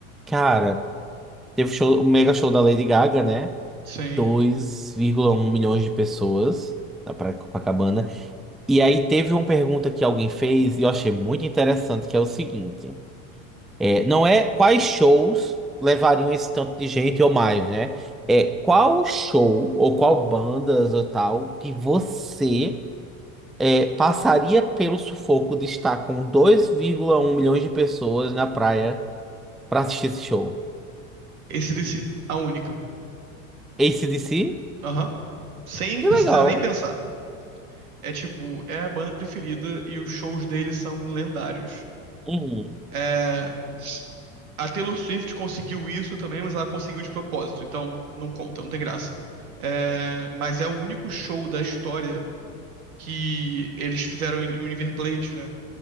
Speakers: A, in the centre; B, on the right.
A: Cara, teve o show, o mega show da Lady Gaga, né?
B: Sim.
A: dois vírgula um milhões de pessoas na Praia de Copacabana. E aí teve uma pergunta que alguém fez e eu achei muito interessante, que é o seguinte. É, não é quais shows levariam esse tanto de gente ou mais, né? É qual show ou qual bandas ou tal que você é, passaria pelo sufoco de estar com dois vírgula um milhões de pessoas na praia pra assistir esse show?
B: AC/DC, a única.
A: AC/DC?
B: Aham. Sem
A: Que
B: precisar
A: legal.
B: nem pensar. É tipo, é a banda preferida e os shows deles são lendários.
A: Hum.
B: É, a Taylor Swift conseguiu isso também, mas ela conseguiu de propósito, então não conta, não tem graça. É, mas é o único show da história que eles fizeram o River Plate, né?